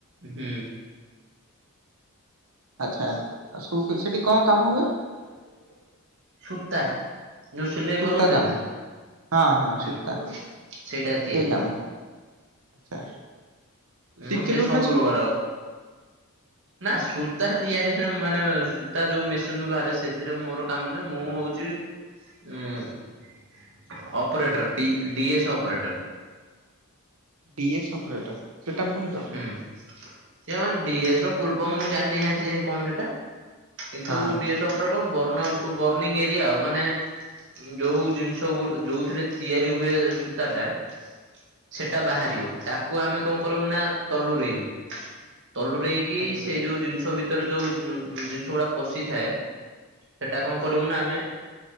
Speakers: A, on the right; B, on the right.
A: ଉଁହୁଁ।
B: ଆଚ୍ଛା ଆଉ ସବୁ କି ସେଠି କଁ କାମ ହୁଏ। <inaudible>
A: ସୂତା ଯୋଉ ସିଲେଇ
B: ସୂତା
A: କରନ୍ତିନି
B: କାମ
A: ନା
B: ହଁ ହଁ ସୂତା
A: ହୁଁ ସେଇଡ଼ା ତିଆରି
B: ସେଇ କାମ
A: ହୁଏ।
B: ଆଚ୍ଛା। ଶିଖିଲୁ
A: ହୁଁ ହୁଁ ସେ ସବୁ
B: ନା
A: ପ୍ରକାର। ନା ସୂତା ତିଆରିରେ ମାନେ ସୂତା ଯୋଉ ମେସିନୁ ବାହାରେ ସେଥିରେ ମୋରୋ କାମ ନୁହେଁ ମୁଁ ହୋଉଚି ଚିରେ ଉଁ ଅପରେଟର ଟି D S operator.
B: D S operator ସେଟା ଫୁଣି କଁ?
A: ହୁଁ ସିଏ ମାନେ ଡି ଏସ ର ଫୁଲ୍ ଫମ୍ ମୁଁ ଜାଣିନି ଆଜିଯାଏ କଣ ସେଟା। କିନ୍ତୁ
B: ହଁ
A: ଡ଼ି ଏସ ଅପରେଟର ବର୍ଣ୍ଣ ଉପ ବର୍ଣୀଙ୍ଗ ଏରିଆ ଆଉ ମାନେ ଉଁ ଯୋଉ ଜିନିଷ ଗୋଟ୍ ଯୋଉଥିରେ ତିଆରି ହୁଏ ସୂତା ଟା। ସେଟା
B: ହଁ
A: ବାହାରିବ ତାକୁ ଆମେ କଁ କରିମୁନା ତଲୁରେଇମୁ। ତଲୁରେଇକି
B: ଚାଲୁ
A: ସେଇ
B: ରହିବ
A: ଯୋଉ ଜିନିଷ ଭିତରୁ ଯୋଉ ଜିନିଷ ଗୁଡା ପଶିଥାଏ। ହେଟା
B: ହୁଁ
A: କଁ କରିବୁ ନା ଆମେ